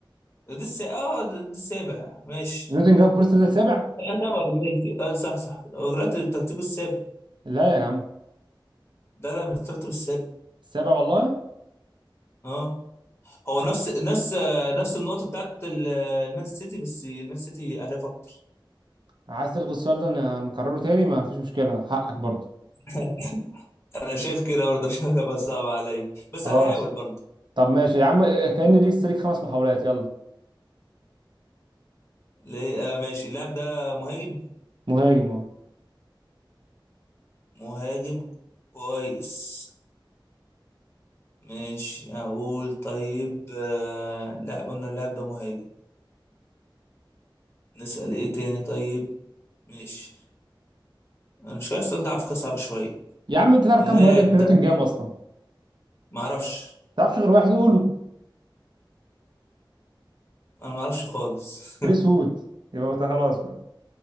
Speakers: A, on the left; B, on the right.
A: دي الس... اه دي دي السابع ماشي
B: نوتنجهام فورست نزل سابع
A: يعتبر ماشي اه صح صح غلطت الترتيب السابع
B: لا يا عم
A: لا لا مش الترتيب السابع
B: السابع والله
A: اه هو نفس نفس آه، نفس النقطة بتاعت ال- المان سيتي بس المان سيتي اهداف اكتر
B: عايز تلغي السؤال ده ن- نكرره تاني ما فيش مشكله حقك برضه
A: <laughs> انا شايف كده برضه عشان هيبقى صعب عليا بس
B: خلاص
A: هحاول برضه
B: طب ماشي يا عم كأن ليك ليك خمس محاولات يلا
A: ليه آه ماشي اللاعب ده مهاجم
B: مهاجم اهو
A: مهاجم كويس ماشي اقول طيب آه... لا قلنا اللاعب ده مهاجم نسأل ايه تاني طيب ماشي انا مش عارف السؤال ده على فكرة صعب شوية
B: يا عم انت تعرف
A: اللاعب
B: كام مهاجم في
A: ده
B: نوتنجهام اصلا ما
A: معرفش
B: تعرفش غير واحد قوله
A: انا معرفش خالص
B: كريس وود يبقى انت خلاص بقى